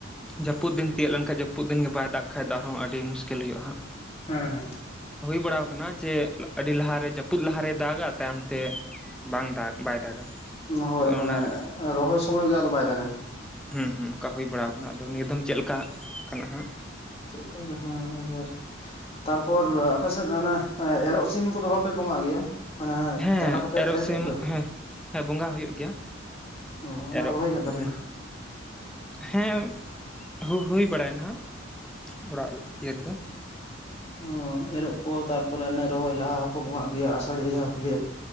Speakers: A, in the centre; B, on the left.
A: ᱡᱟᱹᱯᱩᱫ ᱫᱤᱱ ᱛᱤᱭᱳᱜ ᱞᱮᱱᱠᱷᱟᱱ ᱡᱟᱹᱯᱩᱫ ᱫᱤᱱ ᱜᱮ ᱵᱟᱭ ᱫᱟᱜ ᱵᱟᱠᱷᱟᱡ ᱟᱨᱦᱚᱸ ᱟᱹᱰᱤ ᱢᱩᱥᱠᱤᱞ ᱦᱩᱭᱩᱜᱼᱟᱟᱸᱜ
B: ᱦᱮᱸ ᱦᱮᱸ
A: ᱵ ᱵᱟᱲᱟ ᱟᱠᱟᱱᱟ ᱡᱮ ᱟᱹᱰᱤ ᱞᱟᱦᱟᱨᱮ ᱡᱟᱹᱯᱩᱫ ᱞᱟᱦᱟᱨᱮᱭ ᱫᱟᱜᱟ ᱛᱟᱭᱚᱢᱛᱮ ᱵᱟᱝ ᱫᱟᱜ ᱵᱟᱭ ᱫᱟᱜᱟ
B: ᱦᱳᱭ
A: ᱛᱚᱵᱮ ᱚᱱᱟᱨᱮ
B: ᱢᱟᱱᱮ ᱨᱚᱦᱚᱭ ᱥᱚᱢᱚᱭ ᱜᱮ ᱟᱫᱚ ᱵᱟᱭ ᱫᱟᱜᱟ
A: ᱦᱮᱸ ᱦᱸ ᱚᱱᱠᱟ ᱦᱩᱭ ᱵᱟᱲᱟ ᱟᱠᱟᱱᱟ ᱟᱫᱚ ᱱᱤᱭᱟᱹ ᱫᱚᱚᱢ ᱪᱮᱫ ᱞᱮᱠᱟ ᱠᱟᱱᱟ ᱦᱜ
B: ᱪᱮᱫ ᱠᱚ ᱦᱮᱸ ᱮᱵᱟᱨ ᱛᱟᱨᱯᱚᱨ ᱟᱯᱮᱥᱮᱫ ᱚᱱᱟ ᱮᱨᱚᱜ ᱥᱤᱢ ᱠᱚᱫᱚ ᱵᱟᱯᱮ ᱵᱚᱸᱜᱟᱜ ᱜᱮᱭᱟ ᱜᱮᱭᱟ ᱢᱟᱱᱮ
A: ᱦᱮᱸ
B: ᱛᱟᱨᱟ ᱠᱚᱯᱮ
A: ᱮᱨᱚᱜ
B: ᱮᱨ
A: ᱥᱤᱢ
B: ᱠᱮᱜ ᱫᱚ
A: ᱦᱮᱸ ᱦᱮᱸ ᱵᱚᱸᱜᱟ ᱦᱩᱭᱩᱜ ᱜᱮᱭᱟ
B: ᱚ ᱚᱱᱟ
A: ᱮᱨᱚᱜ
B: ᱠᱚᱫᱚ ᱦᱳᱭ ᱠᱟᱱ ᱛᱟᱯᱮᱭᱟ
A: ᱵᱚᱸᱜᱟ ᱦᱮᱸ ᱦᱩ-ᱦᱩᱭ ᱵᱟᱲᱟᱭ ᱱᱟ ᱦᱟᱜ ᱚᱲᱟᱜ ᱤᱭᱟᱹ ᱨᱮᱫᱚ
B: ᱚ ᱮᱨᱚᱜ ᱠᱚ ᱛᱟᱨᱯᱚᱨᱮ ᱚᱱᱮ ᱨᱚᱦᱚᱭ ᱞᱟᱦᱟ ᱦᱚᱸᱠᱚ ᱵᱚᱸᱜᱟᱜ ᱜᱮᱭᱟ ᱟᱥᱟᱲᱤ ᱡᱟᱦᱟᱸ ᱠᱚ ᱞᱟᱹᱭᱟ